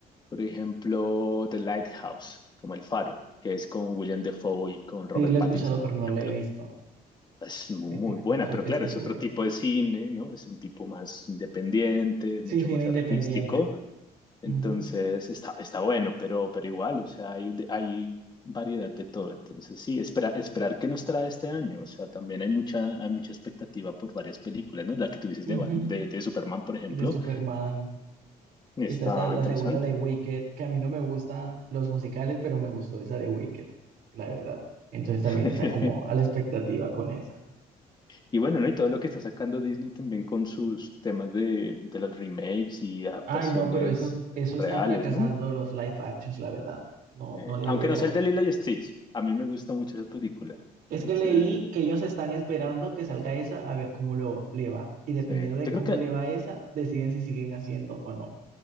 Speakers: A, on the left; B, on the right.
A: por ejemplo, The Lighthouse, como El Faro, que es con William Defoe y con Robert
B: sí la
A: Pattinson,
B: he escuchado, pero
A: por
B: no
A: ejemplo.
B: la he visto.
A: Es mu-
B: Sí,
A: muy
B: sí, he escuchado
A: buena, pero
B: que
A: claro,
B: es muy
A: es
B: buena.
A: otro tipo de cine, ¿no? Es un tipo más independiente,
B: Sí,
A: mucho
B: cine
A: más
B: independiente.
A: artístico. Entonces
B: Ujú,
A: está, está bueno, pero, pero igual, o sea, hay, de- hay variedad de todo. Entonces sí, espera, esperar qué nos trae este año. O sea, también hay mucha, hay mucha expectativa por varias películas, ¿no? La que tú dices
B: ujú,
A: de, Bat- de, de Superman, por ejemplo,
B: De Superman.
A: está
B: Está, esta la
A: interesante.
B: segunda de Wicked, que a mí no me gustan los musicales, pero me gustó esa de Wicked, la verdad. Entonces también
A: <laughs>
B: está como a la expectativa con esa.
A: Y bueno, ¿no? Y todo lo que está sacando Disney también con sus temas de, de los remakes y adaptaciones
B: Ay, no, pero eso,
A: eh,
B: eso
A: reales,
B: están fracasando
A: ¿no?
B: los live actions, la verdad. No,
A: Eh,
B: no le
A: aunque
B: veo.
A: no sea el de Lilo y Stitch, a mí me gusta mucho esa película.
B: Es
A: Es,
B: que leí
A: eh,
B: que ellos están esperando que salga esa a ver cómo lo, le va. Y dependiendo
A: sí.
B: de
A: Yo
B: cómo
A: creo que
B: le va esa, deciden si siguen haciendo o no.